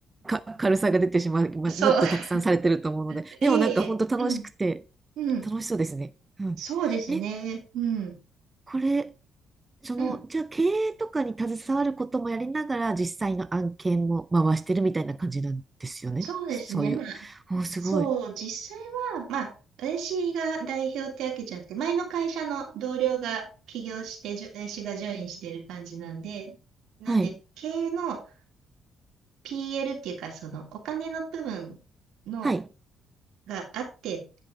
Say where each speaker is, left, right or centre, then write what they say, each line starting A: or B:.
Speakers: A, on the right (about 25°); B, on the right (about 75°).
A: か、軽さが出てしまう、まもっとたくさんされてると思うので、
B: そう。<laughs> ええ。
A: でもなんか本当楽しくて、
B: うん。うん。
A: 楽しそうですね。うん。
B: そうですね。
A: え、
B: うん。
A: これ、その、
B: うん。
A: じゃあ経営とかに携わることもやりながら、実際の案件も回してるみたいな感じなんですよね。
B: そうですね。
A: そういう。
B: まあ、
A: おー、
B: そう、
A: すごい。
B: 実際は、まあ、私が代表ってわけじゃなくて、前の会社の同僚が起業して、じょ私がジョインしてる感じなんで、なんで、
A: はい。
B: 経営の PL っていうか、そのお金の部分の
A: はい。
B: があって、